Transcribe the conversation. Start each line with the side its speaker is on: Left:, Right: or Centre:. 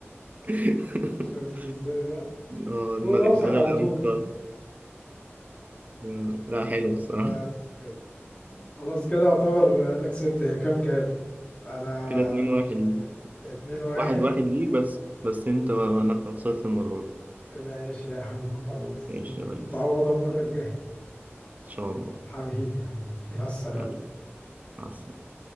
Right: <laughs>
Left: شفت ازاي بقى
Right: اه دماغي
Left: فوق راسك
Right: دماغي
Left: على
Right: بتعمل
Left: طول
Right: كده. آه، لا حلو الصراحة
Left: بس كده خلاص كده اعتبر انا كسبت هي كام كام انا
Right: كده اتنين واحد ليك
Left: اتنين واحد
Right: واحد واحد ليك بس بس انت انا خسرت المرة دي
Left: ماشي يا عم خلاص
Right: ماشي يا ريس
Left: نتعوض المرة الجاية
Right: ان شاء الله
Left: حبيبي حبيبي مع السلامة
Right: حبيبي مع السلامة